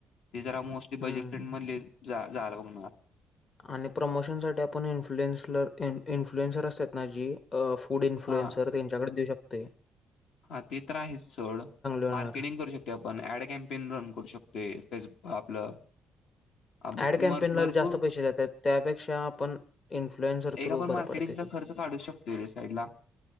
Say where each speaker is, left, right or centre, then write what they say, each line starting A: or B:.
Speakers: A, on the left (about 75°); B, on the left (about 40°).
A: ते जरा मोस्टली बजेट
B: हम्म.
A: फ्रेंड मधली जाय जायला बघणार.
B: आणि प्रमोशन साठी आपण इन्फ्लुएनस ला इन्फ्लुएन्सर असतात ना जी अ फूड इन्फ्लुएन्सर
A: हा
B: त्यांच्याकडे देऊ शकतोय.
A: हा ते तर आहेच सोड
B: होणार
A: मार्केटिंग करू ते आपण ऍड कॅम्पेन रन करू शकतोय फेस आपलं आम-
B: ऍड कॅम्पेनला
A: मर भरपूर
B: जास्त पैसे देतात त्यापेक्षा आपण इन्फ्लुए्सर
A: एक
B: थ्रू
A: आपण मार्केटिंगचा
B: बर पडतय.
A: खर्च काढू शकतोय रे साईड ला